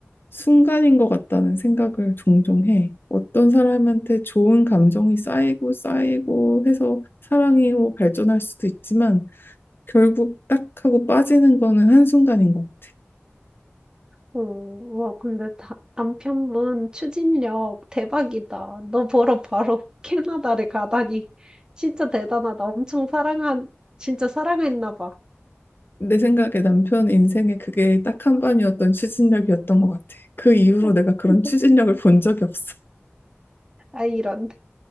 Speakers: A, on the left (about 50°); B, on the right (about 20°).
A: 순간인 것 같다는 생각을 종종 해. 어떤 사람한테 좋은 감정이 쌓이고 쌓이고 해서 사랑으로 발전할 수도 있지만 결국 딱 하고 빠지는 거는 한순간인 것 같아.
B: 오, 와, 근데 다, 남편분 추진력 대박이다. 너 보러 바로 <laughs> 캐나다를 가다니. 진짜 대단하다. 엄청 사랑한, 진짜 사랑했나 봐.
A: 내 생각에 남편 인생에 그게 딱 한 번이었던 추진력이었던 것 같아. 그 이후로
B: <laughs>
A: 내가 그런 추진력을 본 적이 없어.
B: 아, 이런.